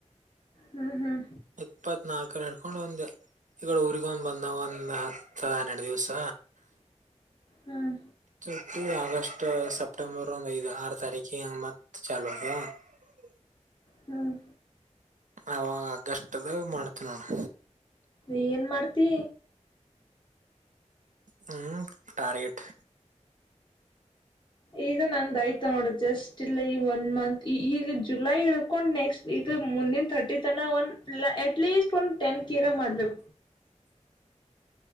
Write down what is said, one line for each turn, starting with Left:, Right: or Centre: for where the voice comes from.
Left: ಹ್ಮ್ ಹ್ಮ್
Right: ಇಪ್ಪತ್ ನಾಲ್ಕರ ಹಿಡ್ಕೊಂಡ್ ಒಂದ ಈಗಡ ಊರಿಗ ಒಂದ್ ಬಂದ ಒಂದ್ ಹತ್ತ ಹನ್ನೆರಡು ದಿವ್ಸ.
Left: ಹ್ಮ್
Right: ಸುಟ್ಟಿ ಆಗಸ್ಟ್ ಸೆಪ್ಟೆಂಬರ್ ಒಂದ ಐದು ಆರ ತಾರಕಿ ಹಂಗ ಮತ್ ಚಾಲೂ ಆತದ. <unintelligible>
Left: ಹ್ಮ್
Right: ಅವಾಗ ಆಗಸ್ಟ್ದಾಗ್ ಮಾಡ್ತೀನಿ ನೋಡ್.
Left: ಏನ್ ಮಾಡ್ತಿ.
Right: ಹ್ಮ ಟಾರ್ಗೆಟ್.
Left: ಈಗ ನಂದ ಆಯ್ತ ನೋಡ ಜಸ್ಟ್ ಈ ಒನ್ ಮಂತ್ ಈ ಈಗ ಜುಲೈ ಹಿಡ್ಕೊಂಡು ನೆಕ್ಸ್ಟ್ ಇದು ಮುಂದಿನ ಥರ್ಟಿ ತನಾ ಒನ್ ಪ್ಲ ಏಕ್ ಅಟ್ಲೀಸ್ಟ್ ಒಂದ ಟೆನ್ ಕೆರಾ ಮಾಡ್ಬೇಕ.
Right: <inaudible>